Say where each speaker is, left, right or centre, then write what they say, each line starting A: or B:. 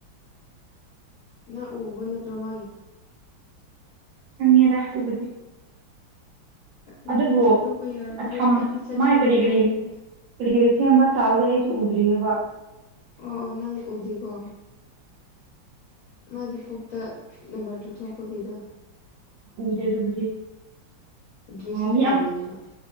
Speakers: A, on the left (about 60°); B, on the right (about 75°).
A: ꯅ ꯎꯕꯥ ꯅꯠꯇꯔꯣ ꯃꯥ
B: ꯑꯉꯦꯗꯥ ꯇꯨꯕꯨ
A: ꯁꯟꯗꯦꯁꯨ
B: ꯑꯗꯨꯕꯨꯝ
A: ꯑꯇꯣꯞꯄ ꯌꯥꯗ꯭ꯔꯦ ꯑꯩꯗꯤ ꯆꯠꯅꯤꯡꯕꯅ
B: ꯃꯥꯥꯏ ꯀꯔꯤ ꯀꯔꯤ
A: ꯂꯣꯏꯔꯕꯅꯦ
B: ꯀꯔꯤ ꯀꯔꯤ ꯁꯦꯝꯕ ꯆꯥꯗꯦ ꯑꯩ ꯆ ꯎꯗ꯭ꯔꯤꯑꯕ
A: ꯑꯣ ꯑꯣ ꯅꯪ ꯎꯗꯤꯀꯣ ꯃꯥꯒꯤ ꯄꯨꯛꯇ ꯅꯝꯕꯔ ꯇꯨ ꯊꯣꯛ ꯄꯒꯤꯗꯣ
B: ꯎꯗꯦ ꯑꯗꯨꯕꯨꯗꯤ
A: ꯗ꯭ꯔꯦꯁꯤꯡ
B: ꯑ ꯃꯤ
A: ꯇꯧꯔꯤꯅꯦꯕ
B: ꯑꯃ